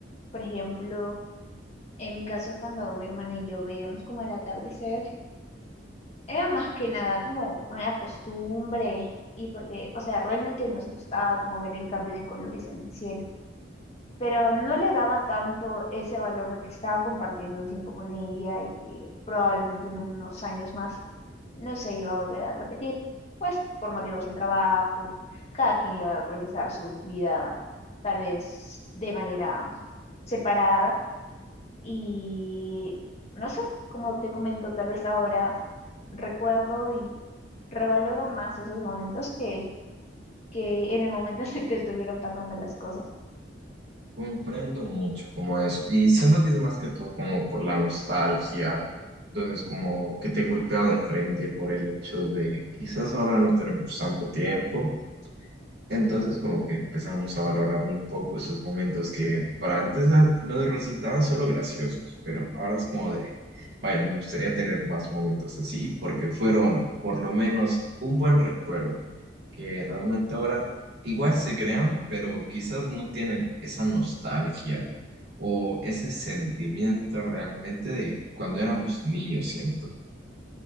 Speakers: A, on the left; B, on the right.
A: Por ejemplo, en mi caso, cuando mi hermana y yo veíamos como el atardecer, era más que nada como una costumbre y porque, o sea, realmente nos gustaba como ver el cambio de colores en el cielo pero no le daba tanto ese valor de que estaba compartiendo un tiempo con ella y que probablemente en unos años más no se iba a volver a repetir, pues por motivos de trabajo, cada quien iba a realizar su vida tal vez de manera separada y no sé, como te comento, tal vez ahora recuerdo y revaloro más esos momentos que, que en el momento <laughs> en el que estuvieron pasando las cosas.
B: Comprendo mucho como eso. Y siento que es más que todo como por la nostalgia. Entonces, como que te golpea de frente por el hecho de quizás ahora no tenemos tanto tiempo. Entonces como que empezamos a valorar un poco esos momentos que para antes ah, nos resultaban solo graciosos, pero ahora es como de, vaya, me gustaría tener más momentos así porque fueron por lo menos un buen recuerdo, que realmente ahora igual se crean, pero quizás no tienen esa nostalgia o ese sentimiento realmente de cuando éramos niños, siento.